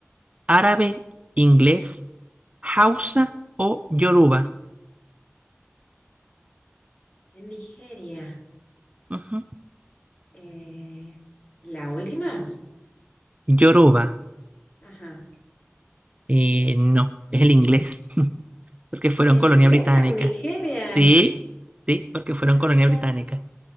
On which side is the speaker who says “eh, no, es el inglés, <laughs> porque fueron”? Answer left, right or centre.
Right